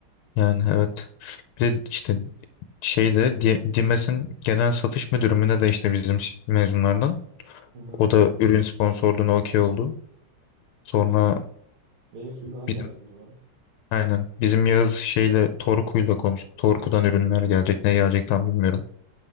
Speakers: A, on the left; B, on the right.
A: Yani evet. Bir de işte şeyde Di- Dimes'in genel satış müdürü mü ne de işte bizim ş- mezunlardan.
B: Aha,
A: O da ürün sponsorluğuna okey oldu. Sonra
B: çok iyi. Meyve suyu falan
A: bizim
B: gelecek o zaman.
A: Aynen. Bizim Yağız şeyle Torku'yla konuştu. Torku'dan ürünler gelecek. Ne gelecek tam bilmiyorum.